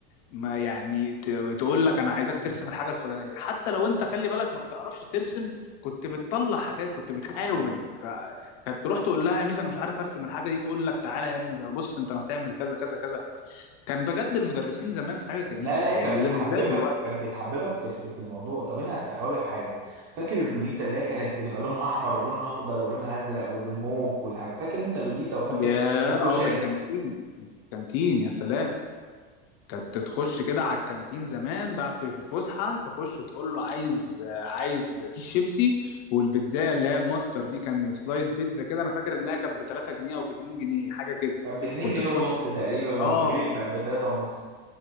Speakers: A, on the left (about 40°); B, on the right (about 30°).
A: ما يعني ت- تقول لك انا عايزاك ترسم الحاجه الفلانيه حتى لو انت خلي بالك ما بتعرفش ترسم كنت بتطلع حاجات كنت بتحاول فكانت تروح تقول لها يا ميس انا مش عارف ارسم الحاجه دي تقول لك تعالى يا ابني ده بص انت هتعمل كذا كذا كذا كان بجد المدرسين زمان حاجه جميله
B: لا لا هي
A: يعني
B: كانت
A: زي
B: بتحببك
A: مش زي دلوقتي
B: كانت بتحببك في في في الموضوع طب انا هقول لك حاجه فاكر اللوليتا اللي هي كانت بتبقى لونها احمر ولونها اخضر ولونها ازرق والموف والحاجه فاكر انت اللوليتا وفاكر
A: يا
B: الكشري
A: اه من الكانتين كانتين يا سلام كانت تخش كده على الكانتين زمان بقى في في الفسحه تخش تقول له عايز آه، عايز كيس شيبسي والبيتزايه اللي هي الماستر دي كان سلايس بيتزا كده انا فاكر انها كانت ب 3 جنيه او ب 2 جنيه حاجه كده
B: كانت ب 2
A: كنت
B: جنيه
A: تخش
B: ونص تقريبا ولما
A: اه
B: غليت بقت ب 3 ونص